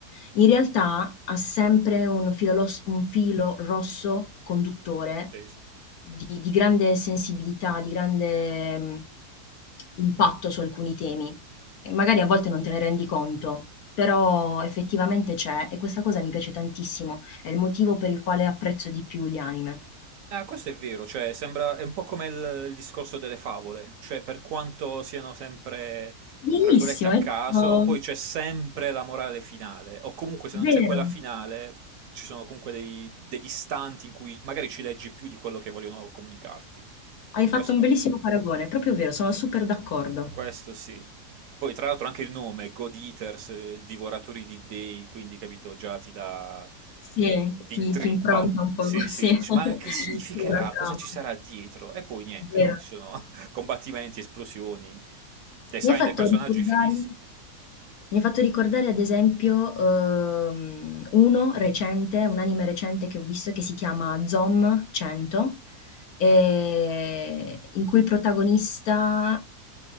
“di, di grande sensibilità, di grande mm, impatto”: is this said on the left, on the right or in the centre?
Left